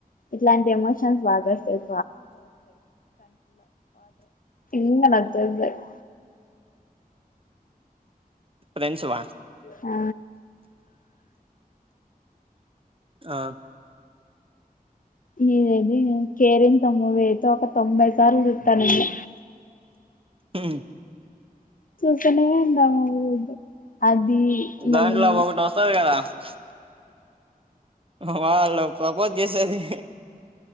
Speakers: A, on the left; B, on the right.
A: ఇట్లాంటి ఎమోషన్స్ బాగ వస్తాయి వ <unintelligible>
B: ఫ్రెండ్స్వ
A: ఆ
B: ఆ
A: <unintelligible> కేరింత మూవీ అయితే ఒక తొంభై సార్లు చుతానండి
B: హు
A: చూస్తనే ఉంటాము అది
B: దాంట్లో
A: మళ్ళీ
B: <unintelligible> వాళ్ళు ప్రపోజ్ చేసేది